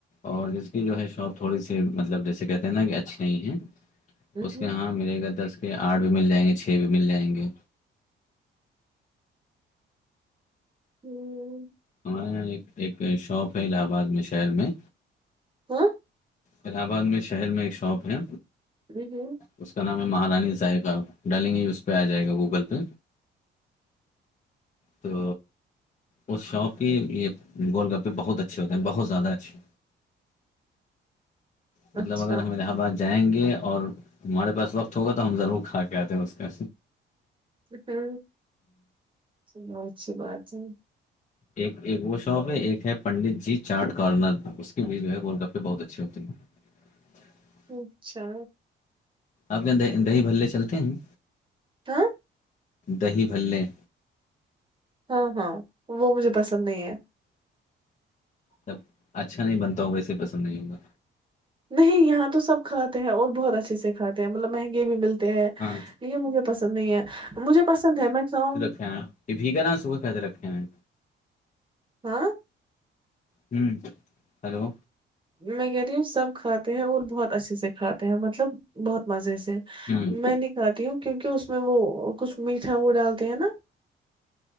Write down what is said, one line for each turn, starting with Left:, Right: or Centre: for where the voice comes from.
Left: اور جس کی جو ہے شاپ تھوڑی سی مطلب جیسے کہتے ہیں نا کہ اچھی نہیں ہے
Right: مہم،
Left: اس کے ہاں ملے گا دس کے آٹھ بھی مل جائیں گے چھ بھی مل جائیں گے
Right: ہوں
Left: ہمارے یہاں ایک ایک شاپ ہے الہ آباد میں شہر میں
Right: ہ
Left: الہ آباد میں شہر میں ایک شاپ ہے
Right: ر ج
Left: اس کا نام ہے مہارانی سائق آپ ڈالیں گے یہ اس پہ آ جائے گا گوگل پہ تو اس شاپ کی یہ گول گپے بہت اچھے ہوتے ہیں بہت زیادہ اچھے مطلب
Right: اچھا
Left: اگر ہم الہ آباد جائیں گے اور ہمارے پاس وقت ہوگا تو ہم ضرور کھا کے آتے ہیں اس کا
Right: ہ س اچھی بات ہے
Left: ایک ایک وہ شاپ ہے ایک ہے پنڈت جی چارٹ کارنر اس کی بھی جو ہے ورلڈ کپ پہ بہت اچھی ہوتی ہے ج
Right: اچھا
Left: آپ کیا دہی بھلے چلتے ہیں
Right: ہ
Left: دہی بھلے
Right: ہاں ہاں وہ مجھے پسند نہیں ہے
Left: تب اچھا نہیں بنتا ہوگ ایسے پسند نہیں ہوگا
Right: نہیں یہاں تو سب کھاتے ہیں اور بہت اچھے سے کھاتے ہیں مطلب مہنگے بھی ملتے
Left: ہاں
Right: یہ مجھے پسند نہیں ہے مجھے پسند ہے میں کھاؤں گی
Left: ہ یہ بھیھگر آ صبح فائدے رکھے ہیں
Right: ہاں
Left: ہوں ہلو
Right: میں کہہ رہی ہوں سب کھاتے ہیں اور بہت اچھے سے کھاتے ہیں مطلب بہت مزے سے
Left: ہوں
Right: میں نہیں کھاتی ہوں کیونکہ اس میں وہ کچھ میٹھا وہ ڈالتے ہیں نا